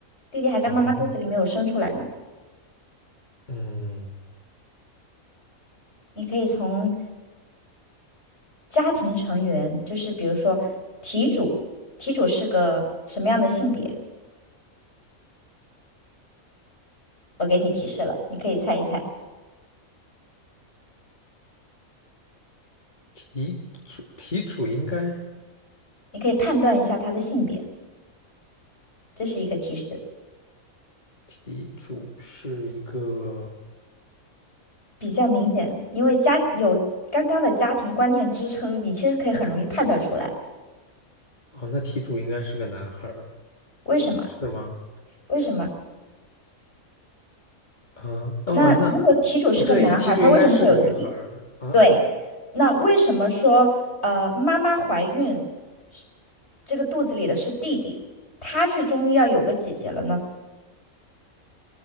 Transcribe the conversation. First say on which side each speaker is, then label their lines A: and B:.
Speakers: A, on the left; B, on the left.
A: 弟弟还在妈妈肚子里没有生出来呢。
B: <laughs> 啊、嗯，
A: 你可以从家庭成员，就是比如说题主，题主是个什么样的性别？我给你提示了，你可以猜一猜，
B: 题主题主应该
A: 你可以判断一下他的性别，这是一个提示，
B: 题主是一个
A: 比较明显，因为家有刚刚的家庭观念支撑，你其实可以很容易判断出来。
B: 哦，那题主应该是个男孩儿，
A: 为什么？
B: 是吗？
A: 为什么？
B: 啊，哦，
A: 那如果题主是个男孩，
B: 那不对，题主应该是女孩儿啊。
A: 他为什么会有弟弟？对，那为什么说呃妈妈怀孕是这个肚子里的是弟弟，他却终于要有个姐姐了呢？